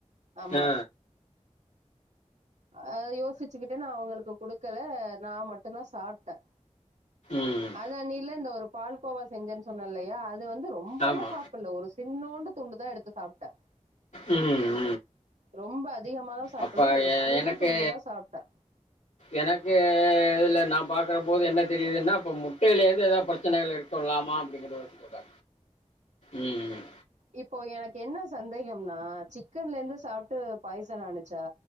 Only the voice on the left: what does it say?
ஆ
ம்
ஆமா
ம்ம்ம்ம்
அப்ப
எனக்கு
எனக்கு நா பாக்குற போது என்ன தெரியுதுன்னா அப்ப முட்டையிலேருந்து ஏதோ பிரச்சனைகள் இருக்கலாமா அப்டினு தோணுது இப்ப ம்